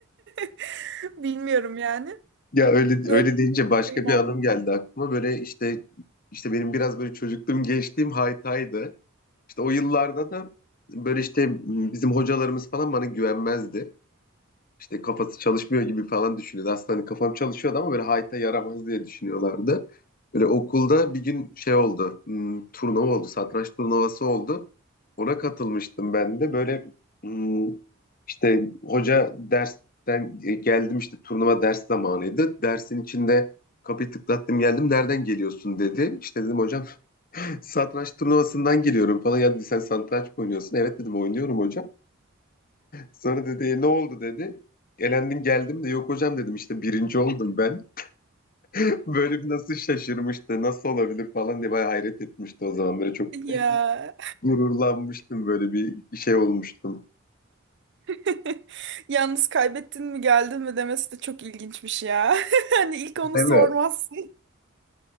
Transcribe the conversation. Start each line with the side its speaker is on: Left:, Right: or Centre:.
Right: <laughs> Bilmiyorum yani.
Left: Ya öyle
Right: Öyle
Left: öyle deyince başka
Right: bir şeyim olmuş.
Left: bir anım geldi aklıma. Böyle işte işte benim biraz böyle çocukluğum gençliğim haytaydı. İşte o yıllarda da böyle işte bizim hocalarımız falan bana güvenmezdi işte kafası çalışmıyor gibi falan düşünüyordu. Aslında hani kafam çalışıyordu ama böyle hayta yaramaz diye düşünüyorlardı. Böyle okulda bir gün şey oldu. hmm, turnuva oldu. Satranç turnuvası oldu. Ona katılmıştım ben de. Böyle hmm, işte hoca dersten e, geldim işte turnuva ders zamanıydı. Dersin içinde kapıyı tıklattım geldim. Nereden geliyorsun dedi. İşte dedim hocam <laughs> satranç turnuvasından geliyorum falan. Ya dedi sen satranç mı oynuyorsun? Evet dedim oynuyorum hocam. Sonra dedi "E, ne oldu dedi. Elendin geldim de yok hocam dedim işte birinci oldum ben. <laughs> Böyle bir nasıl şaşırmıştı nasıl olabilir falan diye bayağı hayret etmişti o zaman. Böyle çok
Right: Ya
Left: gururlanmıştım böyle bir şey olmuştum.
Right: <laughs> yalnız kaybettin mi geldin mi demesi de çok ilginçmiş ya. <laughs> Hani ilk onu
Left: Evet.
Right: sormazsın.